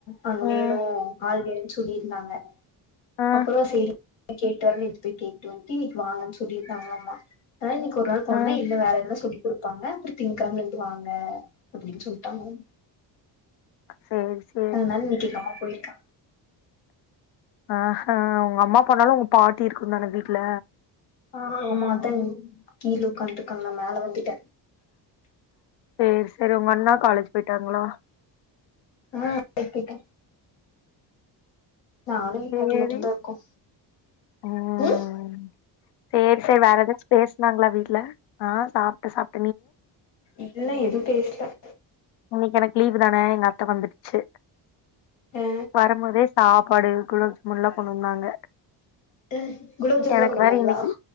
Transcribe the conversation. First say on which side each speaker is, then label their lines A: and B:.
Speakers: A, on the left (about 80°); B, on the left (about 70°).
A: அங்க
B: ம்
A: வேணு ஆள் வேணும்னு சொல்லிருந்தாங்க.
B: ஆ
A: அப்புறோ சேரி. கேட்டு வரனு இப்ப போய் கேட்டு வன்ட்டு இன்னிக்கு வாங்கன்னு சொல்லிருக்காங்களாமா. அதா இன்னிக்கு ஒரு நாள் போனன்னா
B: ஆ
A: என்ன வேலன்லா சொல்லி. குடுப்பாங்க அப்படி திங்ககெழமைளிருந்து. வாங்க அப்படின்னு சொல்லிட்டாங்களாமா.
B: சேரி சேரி
A: அதுனால இன்னிக்கு எங்க அம்மா. போயிருக்கா.
B: அஹஹே உங்க அம்மா போனாலு உங்க பாட்டி இருக்குந்தான வீட்ல.
A: ஆஹ ஆமா அதா கீழ உட்காந்துட்டுருக்காங்க நா மேல வந்துட்ட.
B: சேரி. சேரி உங்க அண்ணா காலேஜ் போயிட்டாங்களா.
A: ஆஹ கிட்ட. நானு எங்க
B: சேரி
A: பாட்டியு மட்டுதா இருக்கோ.
B: ம்
A: உம்
B: சேரி சேரி வேற ஏதாச்சு பேசுனாங்களா வீட் ல ஆ சாப்ட்ட சாப்
A: இல்ல எது பேசுல
B: இன்னைக்கி எனக்கு லீவுதான எங்க அத்த வந்துடுச்சு
A: ஆ
B: வரும்போதே சாப் பாடு குலோப்ஜாமுன்லா கொண்டு வந்தாங்க
A: ஆ குலோப் ஜாமுன்லா
B: எனக்கு
A: கொண்டு வந்தாங்களா
B: வேற இன்னைக்கி